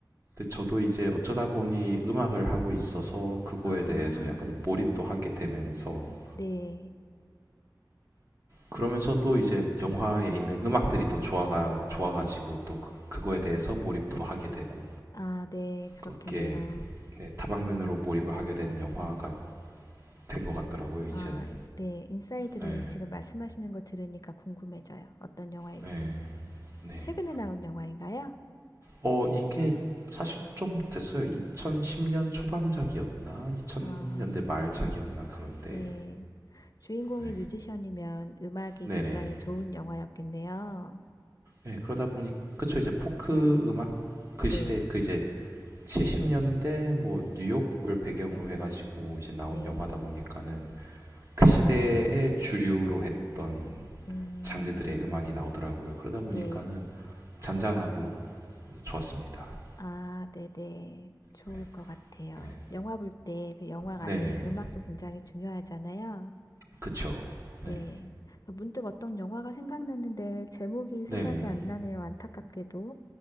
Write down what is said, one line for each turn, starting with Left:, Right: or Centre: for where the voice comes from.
Right: 근데 저도 이제 어쩌다 보니 음악을 하고 있어서 그거에
Left: 아,
Right: 대해서 약간 몰입도 하게 되면서
Left: 네.
Right: 그러면서 또 이제 영화에 있는 음악들이 또 좋아가 좋아가지고 또 그, 그거에 대해서 몰입도 하게 되고
Left: 아, 네. 그렇겠네요.
Right: 그렇게 네, 다방면으로 몰입을 하게 된 영화가 된 것 같더라고요 이제는
Left: 아, 네. 인사이드
Right: 네,
Left: 로인 지금 말씀하시는 거 들으니까 궁금해져요. 어떤 영화일지.
Right: 네, 네.
Left: 최근에 나온 영화인가요?
Right: 어 이게 사실 좀 됐어요 2010년 초반작이었나 2000년대
Left: 아,
Right: 말작이었나 그런데
Left: 네. 주인공이
Right: 네.
Left: 뮤지션이면 음악이
Right: 네네
Left: 굉장히 좋은 영화였겠네요.
Right: 예, 그러다 보니 그쵸 이제 포크 음악 그
Left: 네.
Right: 시대 그 이제 70년대 뭐 뉴욕을 배경으로 해가지고 이제 나온
Left: 네.
Right: 영화다 보니까는 그 시대의 주류로 했던
Left: 음,
Right: 장르들의 음악이 나오더라고요. 그러다 보니까는
Left: 네.
Right: 잔잔하고 좋았습니다.
Left: 아, 네네. 좋을
Right: 네,
Left: 것 같아요.
Right: 네,
Left: 영화 볼 때 그 영화
Right: 네네,
Left: 안에 음악도 굉장히 중요하잖아요.
Right: 그쵸. 네,
Left: 네. 문득 어떤 영화가 생각났는데 제목이 생각이
Right: 네네.
Left: 안 나네요. 안타깝게도.